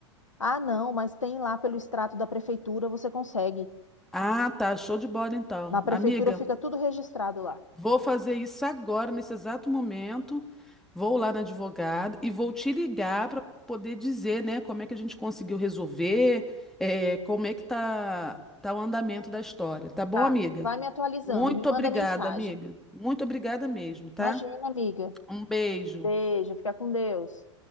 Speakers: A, on the left (about 85°); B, in the centre.
A: Ah, não, mas tem lá pelo extrato da prefeitura, você consegue.
B: Ah, tá. Show de bola então.
A: Na prefeitura
B: Amiga,
A: fica tudo registrado lá.
B: Vou fazer isso agora, nesse exato momento. Vou lá na advogada e vou te ligar para poder dizer, né, como é que a gente conseguiu resolver, eh, como é que tá, tá o andamento da história. Tá bom,
A: Tá,
B: amiga?
A: vai me atualizando,
B: Muito
A: me manda
B: obrigada,
A: mensagem.
B: amiga. Muito obrigada mesmo, tá?
A: Imagina, amiga.
B: Um beijo.
A: Beijo, fica com Deus.